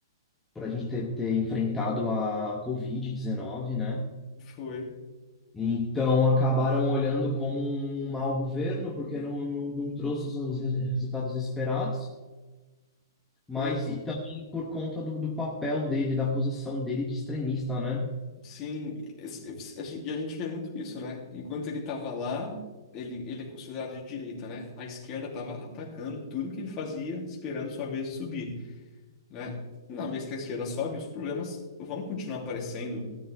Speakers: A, in the centre; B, on the left.
A: por a gente ter, ter enfrentado a Covid-19, né?
B: Foi.
A: Então acabaram olhando como um mau governo, porque não, não, não trouxe os res- resultados esperados, mas
B: Pois é.
A: e também por conta do, do papel dele, da posição dele de extremista, né?
B: Sim, es- es- a gente- e a gente vê muito isso, né? Enquanto ele estava lá, ele, ele é considerado de direita, né? A esquerda estava atacando tudo que ele fazia, esperando sua vez de subir, né? Na vez que a esquerda sobe, os problemas vão continuar aparecendo.